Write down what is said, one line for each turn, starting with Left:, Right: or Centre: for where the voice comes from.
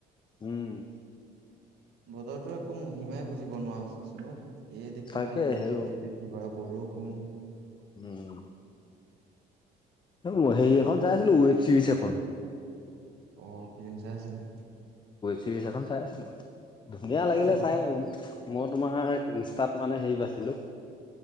Left: উম'।
Right: বতৰটোৰ একো মহিমাই বুজিব নোৱাৰা হৈছে চোন অ'। এই দেখিবা
Left: তাকে
Right: ৰ'দ,
Left: হে
Right: এই দেখিবা বৰষুণ।
Left: উম'। ম হেৰি এখন চাই আছিলো ৱেব চিৰিজ এখন।
Right: অ' ফিলিম চাই আছিলা।
Left: চিৰিজ এখন চাই আছিলো ধুনীয়া লাগিলে
Right: অ
Left: চাই। মই তোমাৰ ইনষ্টাত মানে হেৰি পাইছিলোঁ।